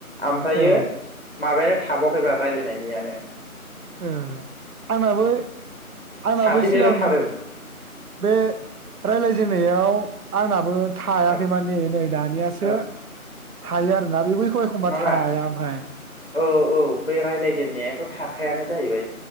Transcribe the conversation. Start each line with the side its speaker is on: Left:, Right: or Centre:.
Left: आमफ्रायो
Right: औ
Left: माबायानो थाबावाखैब्रा राय्लायनायनियानो।
Right: ओ आंनाबो आंनाबो
Left: सासेनिल'
Right: सिगां
Left: थादों
Right: बे रायज्लायजेननायाव आंनाबो थायाखै
Left: औ
Right: माने नै दानियासो
Left: औ
Right: थायो आरोना बे बैखौ एखमबा
Left: माबा
Right: थाया ओमफ्राय।
Left: औ औ बे राय्लायजेनन्नायाथ थाखायानो जाहैबाय।